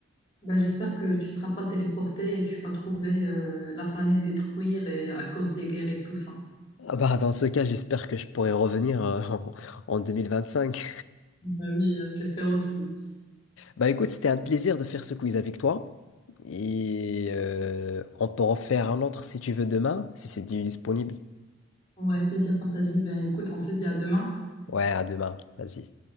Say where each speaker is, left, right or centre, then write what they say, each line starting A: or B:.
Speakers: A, on the left; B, on the left.
A: Ben, j'espère que tu seras pas téléporté et tu vas trouver euh, la planète détruite et à cause des guerres et tout ça.
B: Ah bah, dans ce cas, j'espère que je pourrai revenir euh, en, en 2025.
A: Ben oui, euh, j'espère aussi.
B: Bah écoute, c'était un plaisir de faire ce quiz avec toi. Et euh, on peut en faire un autre si tu veux demain, si c'est disponible.
A: Ouais, plaisir partagé. Ben écoute, on se dit à demain.
B: Ouais, à demain, vas-y.